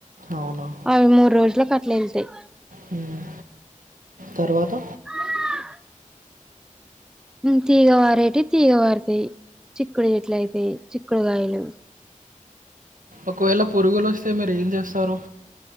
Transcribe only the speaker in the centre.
అవి మూడ్రోజలాక్ అట్లా ఎళ్తాయి
ఆ హ్మ్ తీగవారేటి తీగ వారుతాయి చిక్కుడు గిట్ల అయితాయి చిక్కుడుకాయలు